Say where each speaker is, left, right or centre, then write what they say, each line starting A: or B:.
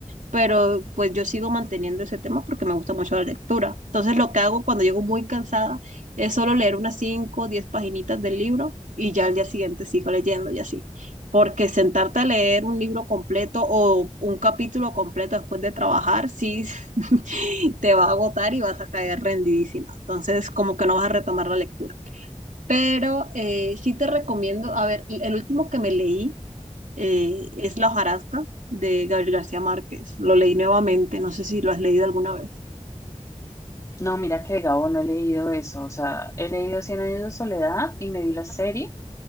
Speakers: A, on the right (about 80°); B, on the left (about 25°).
A: pero pues yo sigo manteniendo ese tema porque me gusta mucho la lectura. Entonces lo que hago cuando llego muy cansada es solo leer unas 5 o 10 paginitas del libro y ya al día siguiente sigo leyendo y así. Porque sentarte a leer un libro completo o un capítulo completo después de trabajar, sí, <laughs> te va a agotar y vas a caer rendidísima. Entonces como que no vas a retomar la lectura. Pero eh, sí te recomiendo, a ver, el último que me leí eh, es La hojarasca de Gabriel García Márquez. Lo leí nuevamente, no sé si lo has leído alguna vez.
B: No, mira que de Gabo no he leído eso. O sea, he leído Cien años de soledad y me vi la serie